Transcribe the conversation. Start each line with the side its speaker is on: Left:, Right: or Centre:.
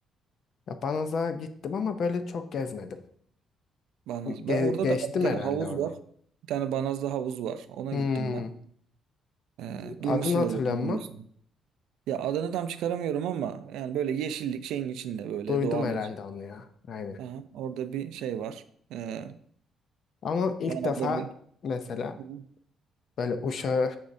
Left: Ya Banaz'a gittim ama böyle çok gezmedim.
Right: Banaz.
Left: Ge-
Right: Ben orada
Left: geçtim
Right: da bir tane
Left: herhalde
Right: havuz
Left: orada.
Right: var. Bir tane Banaz'da havuz var. Ona
Left: Hmm.
Right: gittim ben. Ee,
Left: Adını
Right: duymuşsundur
Left: hatırlıyorum
Right: belki biliyorsun.
Left: ama
Right: Ya adını tam çıkaramıyorum ama yani böyle yeşillik şeyin içinde böyle
Left: duydum
Right: doğanın
Left: herhalde
Right: içinde.
Left: onu ya. Aynen.
Right: Aha, orada bir şey var. Ee,
Left: Ama ilk
Right: Banaz'da
Left: defa
Right: bir...
Left: mesela
Right: Hı hı.
Left: böyle uşağı